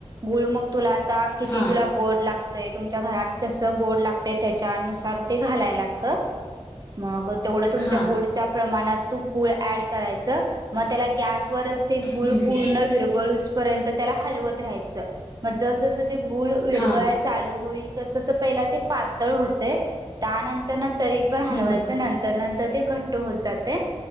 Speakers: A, on the right (about 35°); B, on the left (about 15°).
A: गुळ मग तुला आ ता किती
B: हा
A: तुला कोड लाग ते तुमच्या घरात कस गोड लागतय त्याच्यानुसार ते घालाय लागत मग, तेवड तुमच्या
B: हा
A: गोडच्या प्रमाणात तु गुळ एड करायच मग त्याला गॅसवरच चे गुळ
B: हम्म
A: पूर्ण विरगुळूस पर्यंत त्याला हलवत राहायचं. मग जस जसं ते गुळ विरगळाय
B: हा
A: चालू होईल तस तस पहिला ते पातळ होतय. त्यानंतर तरी पण हलवायच
B: हम्म
A: नंतर नंतर ते घट्ट होत जातय.